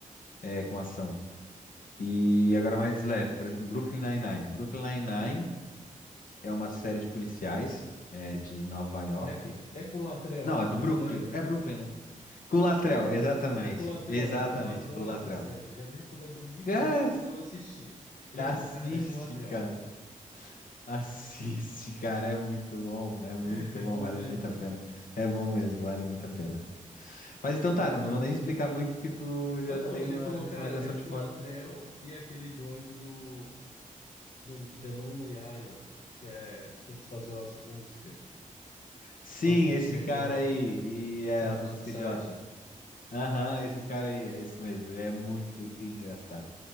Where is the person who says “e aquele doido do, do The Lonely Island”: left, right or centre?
Left